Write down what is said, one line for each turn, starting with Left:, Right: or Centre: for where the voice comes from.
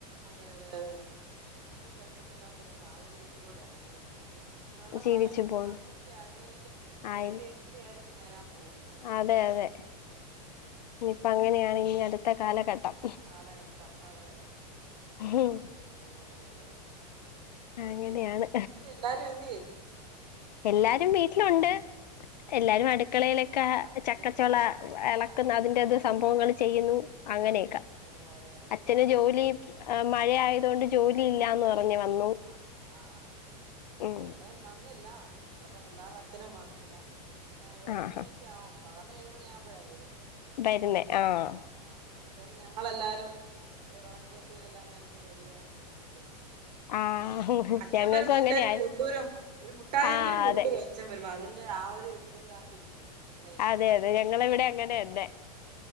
Right: അതെ അതെ അതെ അതെ ഒന്നും പറ്റത്തില്ലാത്തൊരു സാഹചര്യത്തിലൂടെയാണ് നമ്മൾ ജീവി ഇനിയുള്ള
Left: ജീവിച്ചു
Right: കാലഘട്ടങ്ങൾ
Left: പോന്ന്
Right: അങ്ങനെയൊക്കെ അയിന്റെ അയിന്റെ
Left: ആയിരി
Right: ഇരട്ടി ഇരട്ടി ആയിരിക്കും വരാൻ പോകുന്നത്,
Left: അതെ അതെ,
Right: ഉം
Left: ഇനിയിപ്പ അങ്ങനെയാണ് ഇനി അടുത്ത കാലഘട്ടം,
Right: കാലഘട്ടം, അതെ,
Left: ഹും
Right: അയ്യോ എന്റെ ദൈവമേ പിന്നെ
Left: അങ്ങനെയാണ്
Right: എന്ത്യെ എല്ലാരും എന്ത്യെ?
Left: എല്ലാരും വീട്ടിലുണ്ട്,
Right: ഉണ്ട്
Left: എല്ലാരും അടുക്കളയിലൊക്കെ
Right: ഓരോരോ അടുക്കളയിലേക്കുള്ള
Left: ചക്കച്ചോള ഇളക്കുന്ന
Right: ആഹ്
Left: അതിന്റെത് സംഭവങ്ങൾ ചെയ്യുന്നു,
Right: ചെയ്യുന്ന
Left: അങ്ങനെയൊക്ക,
Right: പരിപാടികളൊക്കെയാല്ലേ
Left: അച്ഛന് ജോലി മഴ ആയത് കൊണ്ട് ജോലി ഇല്ലാന്ന് പറ റഞ്ഞു വന്നു,
Right: ആഹ് ആഹ് ആഹ്
Left: ഉം
Right: ആഹ് ഇവിടെയും വന്നില്ല, ഇന്നപ്പം പിള്ളേരു അച്ഛനും വന്നില്ല, ഏഴുമണിക്കെ
Left: ആഹ്
Right: ആവും സാധാരണ ഏഴുമണിക്കാമ്പോഴാണ് വരുന്നത്,
Left: വരുന്നേ, ആഹ്
Right: ആഹ് അപ്പത്തേന് ഞങ്ങളെല്ലാരും വിളക്ക്കത്തിരെ എല്ലാം കഴിഞ്ഞ് റെഡിയായി, ഞ്ഞ് ങ്ങെനെരിക്കും,
Left: ആഹ്
Right: അച്ഛൻ
Left: ഞങ്ങൾക്കും
Right: വരുമ്പോ എന്തേലും
Left: അങ്ങനെയാ
Right: കൊണ്ടോരോ ഒരു മുട്ടായെങ്കിലും
Left: ആഹ്
Right: കൊണ്ടുവര
Left: അതെ
Right: ച്ചൻ വരുമ്പോ അതിന്റെ ആ ഒരു ഇതും കാത്തിരിക്കും, പിള്ളേര്
Left: അതെ അതെ, ഞങ്ങള് ഇവിടെ അങ്ങനെന്നെ,